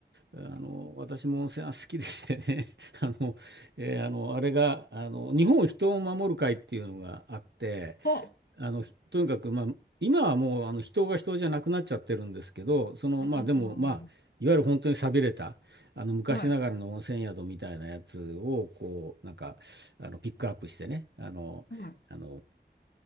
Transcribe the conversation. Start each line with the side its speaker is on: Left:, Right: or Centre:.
Right: あの、私も温泉は好きでしてね。<laughs> あの、えーあの、あれが、あの、日本人を守る会っていうのがあって、
Left: あ、
Right: あの、ひとにかく、まあ、今はもうあの人が人じゃなくなっちゃってるんですけど、その、
Left: あー
Right: まあでも、まあ、いわゆる本当に寂れた、あの昔ながらの温泉宿みたいなやつを、
Left: はい、
Right: こう、なんか、あのピックアップしてね、あの、
Left: はい。
Right: あの、